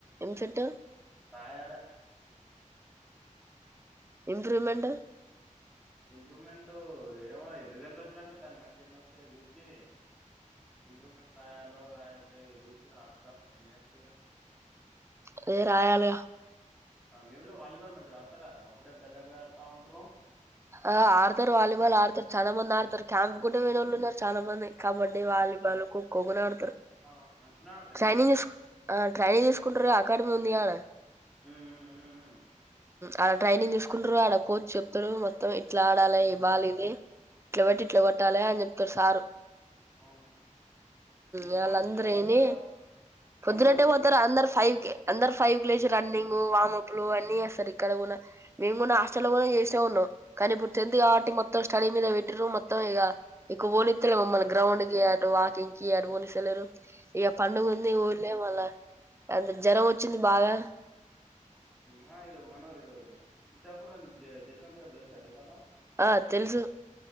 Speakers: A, on the right (about 20°); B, in the centre.
A: ఎం చెట్
B: రాయాల
A: ఇంప్రూవ్మెంట్
B: ఇంప్రూవ్మెంట్ ఏమో రిజల్ట్ వచ్చినాక దాన్ని బట్టి ఎన్ని వస్తాయో చూసి నింగరు కట్టయాల ప్రయద్ద దూసరా హఫస ఎన్నిస్త
A: వేరయాల
B: మీళ్ళ వాలీబాల్ మంచిగా ఆడతారా ఒకటే బెల్ల పోయ ఆడుతా ఉంటారు
A: ఆ ఆడతారు వాలీబాల్ ఆడతారు చాలా మంది ఆడతారు క్యాంప్ కూడా వేన వాళ్ళు ఉన్నారు చాలా మంది కబడ్డీ వాలీబాల్ ఖోఖోగా ఆడతారు
B: ఆ, మంచిగా ఆడతారు
A: ట్రైనింగ్
B: ఏంది
A: ట్రైనింగ్ అంట అకాడమి ఉందిీను
B: హ్మ్ హ్మ్ హ్మ్
A: అ ట్రైనింగ్ చూసుకుంటారు ఆడ కోచ్ చెప్తారు మ మొత్తం ఇట్లా ఆడాలి బాాల ఇది ఇట్ల బట్టి ఇట్లా
B: హ్మ్
A: కొట్టాలి అని చెప్ప ప్రసార్
B: అవును మీ స్కూల్
A: వాళ్ళందరని
B: నుంచి వాడుండేగా
A: పొద్దునట్టే
B: మనోడు కిష్ట
A: పోతారా అందరు ఫైవ్ క అందర్ ఫైవ్్లేజ రన్నింగ్ వమప్ లు అన్నీ చేస్తారు ఇక్కడ కూడా మేము కూడా హాస్టల్ లో కూడా చేస్తే ఉన్నాం కానీ ఇప్పుడు టెంతత్ కాబట్టి మొత్తం స్టడీ మీద పెట్టరు మొత్తం ఇక ఇక ఓలిెస్తలే మమ్మ గ్రౌండ్ క ఇడు వాకింగ్ కి ఇారు పోఓలిస్తెలేరు ఇక పండుగ ఉంది ఊళలే మళ్ళ అంత జ్వరం వచ్చింది బాగా
B: హా ఇడు మనోర్ ఇడు చిత్తాపుూర్ం జయశవంత్ గడ్ వెల్సాన ఇకల్
A: ఆ తెలుసు